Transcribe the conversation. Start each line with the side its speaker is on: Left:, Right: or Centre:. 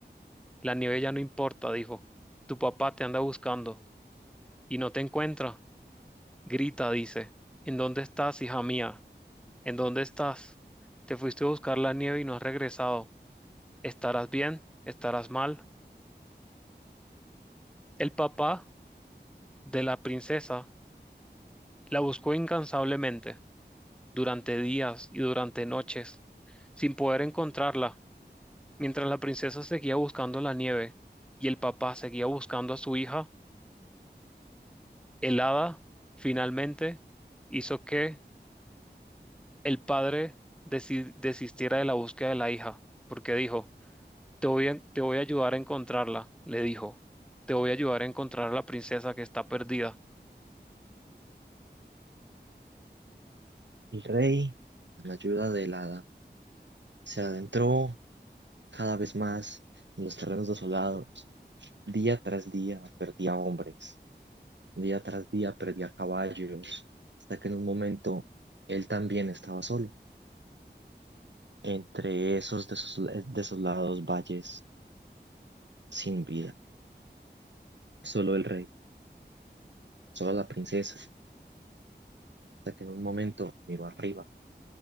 Centre: La nieve ya no importa, dijo. Tu papá te anda buscando y no te encuentra. Grita, dice. ¿En dónde estás, hija mía? ¿En dónde estás? Te fuiste a buscar la nieve y no has regresado. ¿Estarás bien? ¿Estarás mal? El papá de la princesa la buscó incansablemente durante días y durante noches, sin poder encontrarla, mientras la princesa seguía buscando la nieve y el papá seguía buscando a su hija, el hada finalmente hizo que el padre desi- desistiera de la búsqueda de la hija, porque dijo, te voy a, te voy a ayudar a encontrarla, le dijo, te voy a ayudar a encontrar a la princesa que está perdida.
Right: El rey, con la ayuda del hada, se adentró cada vez más en los terrenos desolados. Día tras día perdía hombres, día tras día perdía caballos, hasta que en un momento él también estaba solo, entre esos desol- desolados valles sin vida. Solo el rey, solo la princesa, hasta que en un momento miró arriba,